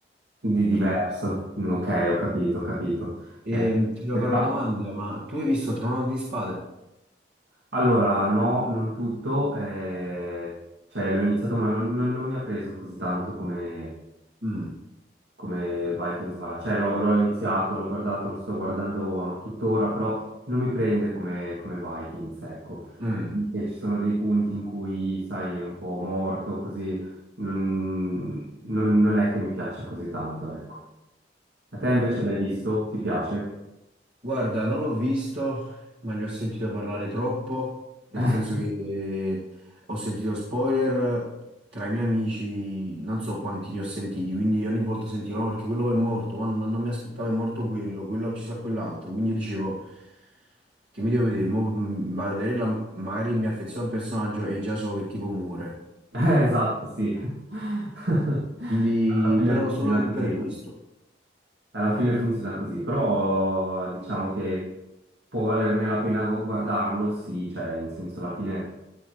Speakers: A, on the right; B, on the right.
A: Di diverso.
B: di diverso.
A: Ok, ho capito, ho capito.
B: E,
A: Eh,
B: ti devo
A: peccato.
B: fare una domanda, ma tu hai visto Trono di Spade?
A: Allora, no, non tutto. eh, cioè, l'ho iniziato, ma non, non- non mi ha preso così tanto come,
B: Mm,
A: come Vikings Valhalla. Cioè, l'ho l'ho iniziato, l'ho guardato, lo sto guardando tuttora, però non mi prende come, come Vikings, ecco.
B: mm.
A: E ci sono dei punti in cui, sai, è un po' morto, così non, non- non è che mi piaccia così tanto, ecco. A te invece l'hai visto? Ti piace?
B: Guarda, non l'ho visto, ma ne ho sentito parlare troppo, nel
A: <laughs>
B: senso che eh, ho sentito spoiler tra i miei amici, non so quanti ne ho sentiti, quindi ogni volta sentivo, no, perché quello poi è morto, ma non, non mi aspettavo è morto quello, quello ha ucciso a quell'altro, quindi io dicevo che mi devo vedere, mo, mh, vado a vedere, la- magari mi affeziono a un personaggio e già so che tipo muore.
A: Eh, eh, esatto, sì. <laughs>
B: Quindi,
A: Alla fine
B: però
A: funziona
B: solo
A: così.
B: per questo.
A: Alla fine funziona così, però diciamo che può valerne la pena gu- guardarlo, sì, cioè, in senso, alla fine